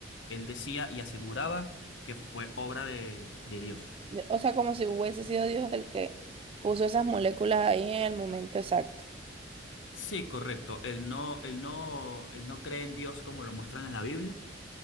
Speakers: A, on the left; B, on the right.
A: él decía y aseguraba que fue obra de, de Dios.
B: De- O sea, como si hubiese sido Dios el que puso esas moléculas ahí en el momento exacto.
A: Sí, correcto. Él no, él no, él no cree en Dios como lo muestran en la Biblia,